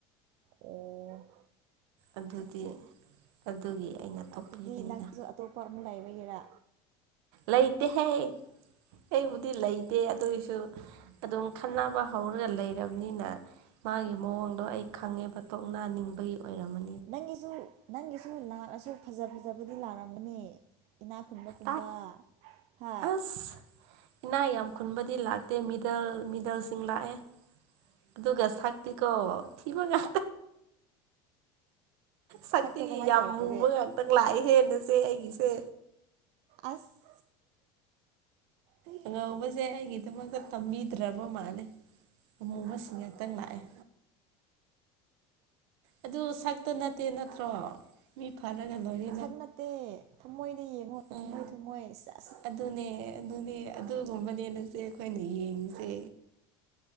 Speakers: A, on the right (about 55°); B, on the right (about 75°).
A: ꯑꯣ
B: ꯑꯗꯨꯗꯤ
A: ꯆꯥ ꯆꯥ
B: ꯑꯗꯨꯒꯤ ꯑꯩꯅ ꯇꯣꯛꯄꯤꯕꯅꯤꯅ
A: ꯑꯗꯨꯗꯤ ꯅꯪꯁꯨ ꯑꯇꯣꯞꯄ ꯑꯃꯛ ꯂꯩꯕꯒꯦꯔꯥ
B: ꯂꯩꯇꯦꯍꯦ ꯑꯩꯕꯨꯗꯤ ꯂꯩꯇꯦ ꯑꯗꯨꯏꯁꯨ ꯑꯗꯨꯝ ꯈꯟꯅꯕ ꯍꯧꯔꯒ ꯂꯩꯔꯕꯅꯤꯅ ꯃꯥꯒꯤ ꯃꯑꯣꯡꯗꯣ ꯑꯩ ꯈꯪꯉꯦꯕ ꯇꯣꯛꯅꯟꯅꯤꯡꯕꯒꯤ ꯑꯣꯏꯔꯝꯃꯅꯤ
A: ꯅꯪꯒꯤꯁꯨ ꯅꯪꯒꯤꯁꯨ ꯂꯥꯛꯑꯁꯨ ꯐꯖ ꯐꯖꯕꯗꯤ ꯂꯥꯛꯂꯝꯝꯒꯅꯤ ꯏꯅꯥꯛ ꯈꯨꯨꯟꯕꯒꯨꯝꯕ
B: ꯂꯥꯛ
A: ꯍꯥ
B: ꯑꯁ ꯏꯅꯥ ꯌꯥꯝ ꯈꯨꯟꯕꯗꯤ ꯂꯥꯛꯇꯦ ꯃꯤꯗꯜ ꯃꯤꯗꯜꯁꯤꯡ ꯂꯥꯛꯑꯦ ꯑꯗꯨꯒꯗꯨꯒ ꯁꯥꯛꯇꯤ ꯀꯣ ꯊꯤꯕꯒ ꯁꯛꯇꯤ
A: ꯁꯛꯇꯣ ꯀꯃꯥꯏꯅ
B: ꯌꯥꯝ
A: ꯇꯧꯔꯒꯦ
B: ꯃꯨꯕ ꯉꯥꯛꯇꯪ ꯂꯥꯛꯑꯦ ꯍꯦꯟꯅꯁꯦ ꯑꯩꯒꯤꯁꯦ
A: ꯑꯁ ꯍ
B: ꯑꯉꯧꯕꯁꯦ ꯑꯩꯒꯤꯗꯃꯛꯇ ꯇꯝꯕꯤꯗ꯭ꯔꯕ ꯃꯥꯂꯦ ꯑꯃꯨꯕꯁꯤꯡ ꯉꯥꯛꯛꯇꯪ ꯂꯥꯛꯑꯦ ꯑꯗꯨ ꯁꯛꯇ ꯅꯠꯇꯦ ꯅꯠꯇ꯭ꯔꯣ ꯃꯤ ꯐꯔꯒꯂꯣꯏꯔꯤ
A: ꯁꯛ ꯅꯠꯇꯦ ꯊꯝꯃꯣꯏꯗ ꯌꯦꯡꯉꯣ
B: ꯎꯝ
A: ꯊꯝꯃꯣꯏ ꯊꯝꯃꯣꯏ ꯆ
B: ꯑꯗꯨꯅꯦ ꯑꯗꯨꯅꯦ ꯑꯗꯨꯒꯨꯝꯕꯅꯦ ꯅꯆꯦ ꯑꯩꯈꯣꯏꯅ ꯌꯦꯡꯉꯤꯁꯦ